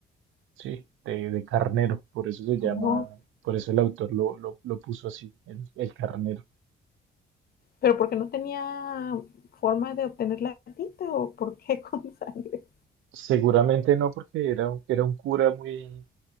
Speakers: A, on the right; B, on the left.
A: sí, de, de carnero. Por eso se llama,
B: Ujú.
A: por eso el autor lo, lo, lo puso así, el, el carnero.
B: Pero porque no tenía forma de obtener la tinta o por qué <laughs> con sangre.
A: Seguramente no, porque era, un- era un cura muy,